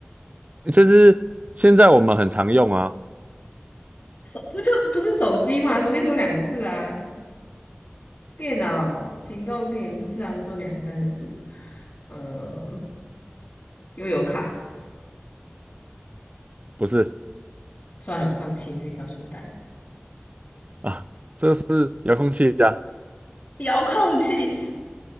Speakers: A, on the right; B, on the left.
A: 就是现在我们很常用啊，
B: 手不就不是手机嘛？手机只有两个字啊，电脑、行动电不是啊，最多两三个字。嗯，又有卡，
A: 不是
B: 算了，我放弃，你自己告诉我答案。
A: 啊，遥控器啊，
B: 遥控器，